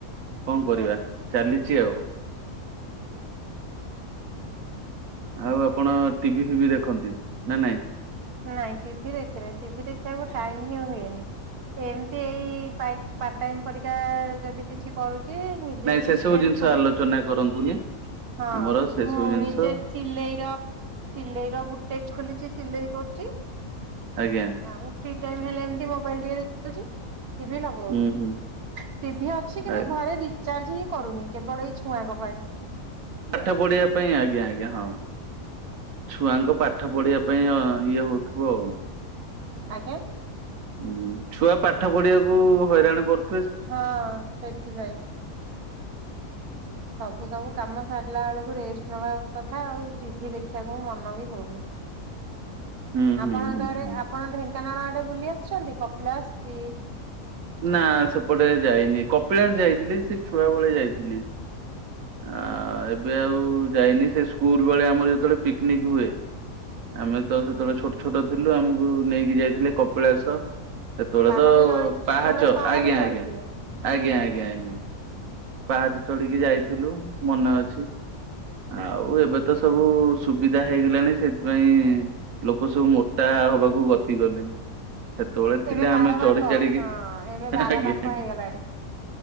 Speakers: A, on the right; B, on the right.
A: କଣ କରିବା
B: ଆଜ୍ଞା
A: ଚାଲିଛି ଆଉ। ଆଉ ଆପଣ ଟିଭି ଫିଭି ଦେଖନ୍ତି, ନା ନାଇଁ?
B: ନାଇଁ ଟିଭି ଦେଖିନି ଟିଭି ଦେଖିବାକୁ
A: ନାଇଁ
B: ଟାଇମ ଇ ହୁଏନି ଏମତି ଏଇ ପାଟ ପାର୍ଟ ଟାଇମ ପରିକା ଯଦି କିଛି କରୁଛି ନିଜେ
A: ସେ
B: ବୁଟେକ୍
A: ସବୁ ଜିନିଷ
B: ଖୋଲିଛି।
A: ଆଲୋଚନା କରନ୍ତୁନି
B: ହଁ
A: ଆମର ସେ
B: ମୁଁ
A: ସବୁ ଜିନିଷ
B: ନିଜେ ସିଲେଇ ର ସିଲେଇ ର ବୁଟେକ୍ ଖୋଲିଛି, ସିଲେଇ କରୁଛି
A: ଆଜ୍ଞା।
B: ଆଉ ଫ୍ରି ଟାଇମ ହେଲେ ଏମତି ମୋବାଇଲ ଟିକେ ଦେଖିଦଉଛି। ଟିଭି ଲଗଉନି
A: ହୁଁ ହୁଁ
B: ଟିଭି ଅଛି କିନ୍ତୁ
A: ଆ
B: ଘରେ ରି ଚାର୍ଜ ହିଁ କରୁନି କେବଳ ଏଇ ଛୁଆଙ୍କ ପାଇଁ।
A: ପାଠ ପଢିବା ପାଇଁ ଆଜ୍ଞା ଆଜ୍ଞା ହଁ। ଛୁଆଙ୍କ ପାଠ ପଢିବା ପାଇଁ ଇଏ ହଉଥିବ ଆଉ।
B: ଆଜ୍ଞା।
A: ହୁଁ ଛୁଆ ପାଠ ପଢିବାକୁ ହଇରାଣ କରୁ
B: ହଁ ସେଥିପାଇଁ। ସବୁ ସବୁ କାମ ସାରିଲା ବେଳକୁ ରେଷ୍ଟ ନବା କଥା ଆଉ ଟିଭି ଦେଖିବାକୁ ମନ ବି ହଉନି।
A: ହୁଁ। ହୁଁ
B: ଆପଣଙ୍କ
A: ହୁଁ
B: ଆଡେ
A: ହୁଁ।
B: ଆପଣ ଢେଙ୍କାନାଳ ଆଡେ ବୁଲି ଆସିଛନ୍ତି କପିଳାସ କି
A: ନା ସେପଟେ ଯାଇନି କପିଳାସ ଯାଇଥିଲି ସେ ଛୁଆ ବେଳେ ଯାଇଥିଲି। ଆ
B: ହଁ
A: ଏବେ ଆଉ ଯାଇନି। ସେ ସ୍କୁଲ ବେଳେ ଆମର ଯେତେଳେ ପିକନିକ ହୁଏ ଆମେ ତ ସେତେବେଳେ ଛୋଟ ଛୋଟ ଥିଲୁ ଆମକୁ ନେଇକି ଯାଇଥିଲେ କପିଳାସ। ସେତେବେଳେ
B: ପାହାଚ
A: ତ
B: ଚଢି ସେତେବେଳେ
A: ପାହାଚ ଆଜ୍ଞା
B: ଚଢିଥିବେ
A: ଆଞା
B: ହଁ।
A: ଆଜ୍ଞା ଆଜ୍ଞା ଆଞା। ପାହାଚ ଚଢିକି ଯାଇଥିଲୁ ମନେ ଅଛି। ଆଉ ଏବେ ତ ସବୁ ସୁବିଧା ହେଇଗଲାଣି ସେଥିପାଇଁ ଲୋକ ସବୁ ମୋଟା ହବାକୁ ଗତି କଲେଣି। ସେତେବେଳେ ଥିଲା
B: ଏବେ ବାର
A: ଆମେ
B: ବାଙ୍କ
A: ଚଢି ଚଢିକି
B: ହଁ ଏବେ
A: ଆଞା
B: ବାର ବାଙ୍କ
A: ଆ
B: ହେଇଗଲାଣି।